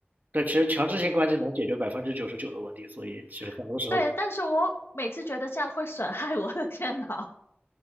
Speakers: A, on the right; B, on the left.
A: 但其实强制性关机能解决百分之九十九的问题，所以其实很多时候，
B: <laughs> 对，但是我每次觉得这样会损害我的电脑。